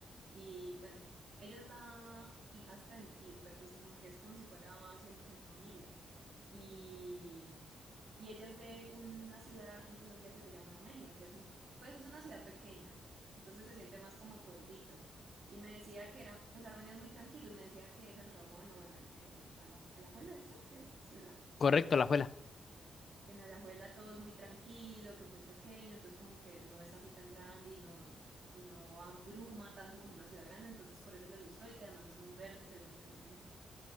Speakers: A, on the right (about 50°); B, on the left (about 40°).
A: Y bueno, ella es la hijastra de mi tío, pero pues como que es como si fuera 100% familia. Y, y ella es de una ciudad en Colombia que se llama Armenia, que es un, pues es una ciudad pequeña, entonces se siente más como pueblito. Y me decía que era, pues Armenia es muy tranquilo, y me decía que San Ramón, o bueno, en, en Ala- Alajuela, ¿dices que es? Sí, ¿verdad?
B: Correcto, la juela.
A: que en Alajuela todo es muy tranquilo, que es muy pequeño, entonces como que no es así tan grande y no, pues no abruma tanto como una ciudad grande, entonces por eso le gustó y que además es muy verde, según lo que me dijo.